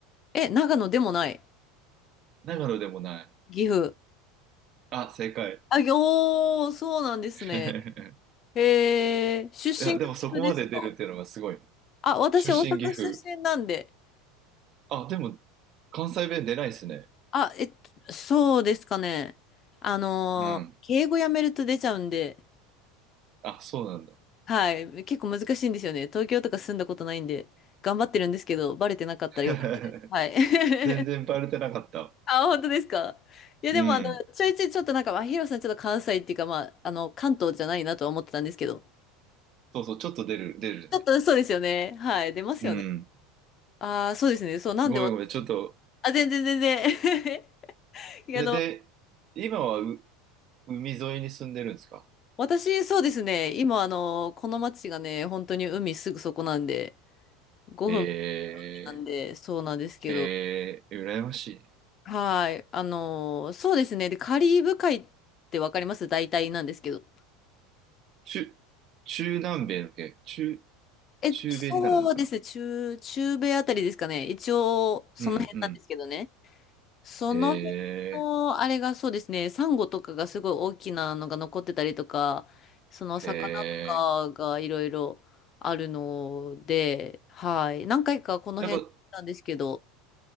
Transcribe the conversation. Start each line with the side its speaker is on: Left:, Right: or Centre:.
Left: え、長野でもない。
Right: 長野でもない。
Left: 岐阜。
Right: あ、正解。
Left: あ、ぎおー、そうなんですね。
Right: <laughs>
Left: へえ、出身が岐阜ですか
Right: いや、でもそこまで出るっていうのがすごい。
Left: あ、私、
Right: 出身岐阜。
Left: 大阪出身なんで。
Right: あ、でも、関西弁出ないっすね。
Left: あ、えっと、そうですかね。あのー、
Right: うん。
Left: 敬語やめると出ちゃうんで、
Right: あ、そうなんだ。
Left: はい、結構難しいんですよね。東京とか住んだことないんで、頑張ってるんですけど、バレてなかったらよかったです。
Right: <laughs>
Left: はい。<laughs>
Right: 全然バレてなかった。
Left: あ、本当ですか。いや、
Right: うん。
Left: でも、あの、ちょいちょいちょっとなんか、まあ、ヒロさん、ちょっと関西っていうか、まあ、あの、関東じゃないなとは思ってたんですけど、
Right: そうそう、ちょっと出る、出るね。
Left: ちょっとそうですよね。はい、出ますよね。
Right: うん。
Left: ああ、そうですね。そう、なんで私、
Right: ごめんごめん、ちょっと。
Left: あ、全然全然。<laughs> いやあの、
Right: それで、今はう海沿いに住んでるんですか
Left: 私、そうですね。今、あの、この町がね、本当に海すぐそこなんで、5分
Right: え
Left: なんで、そうなんですけど。
Right: ー、えー、羨ましい。
Left: はい。あの、そうですね。で、カリブ海ってわかります大体なんですけど。
Right: 中、中南米の系、中、
Left: え、
Right: 中米になるのかな
Left: そうですね。中、中米あたりですかね。一応、その辺なんですけどね。
Right: うんうん。
Left: その辺の、
Right: え
Left: あれがそうですね、サンゴとかがすごい大きなのが残ってたりとか、その魚とかがいろいろあるので、
Right: ー、え
Left: はい。何回かこの辺に行ったんですけど、
Right: ー。やっぱ、